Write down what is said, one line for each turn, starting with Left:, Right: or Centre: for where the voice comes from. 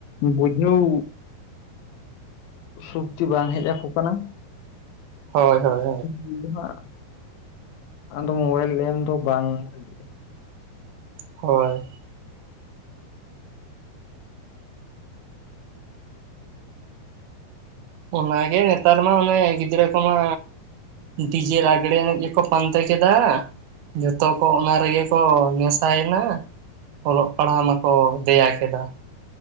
Left: ᱵᱩᱡᱷᱟᱹᱣ ᱥᱚᱠᱛᱤ ᱵᱟᱝ ᱦᱮᱡ ᱟᱠᱚ ᱠᱟᱱᱟ
Right: ᱦᱳᱭ ᱦᱳᱭ ᱦᱳᱭ᱾
Left: ᱩᱱᱫᱚ ᱦᱟᱜ ᱟᱫᱚ ᱢᱳᱵᱟᱭᱤᱞ ᱮᱢ ᱫᱚ ᱵᱟᱝ ᱵᱷᱟᱜᱤᱜ-ᱟ᱾
Right: ᱦᱳᱭ᱾ ᱚᱱᱟᱜᱮ ᱱᱮᱛᱟᱨ ᱢᱟ ᱚᱱᱮ ᱜᱤᱫᱽᱨᱟᱹ ᱠᱚᱢᱟ ᱰᱤᱡᱮ ᱞᱟᱜᱽᱲᱮ ᱜᱮᱠᱚ ᱯᱟᱱᱛᱮ ᱠᱮᱫᱟ᱾ ᱡᱚᱛᱚ ᱠᱚ ᱚᱱᱟ ᱨᱮᱜᱮ ᱠᱚ ᱢᱮᱥᱟᱭᱮᱱᱟ᱾ ᱚᱞᱚᱜ ᱯᱟᱲᱦᱟᱣ ᱢᱟᱠᱚ ᱫᱮᱭᱟ ᱠᱮᱫᱟ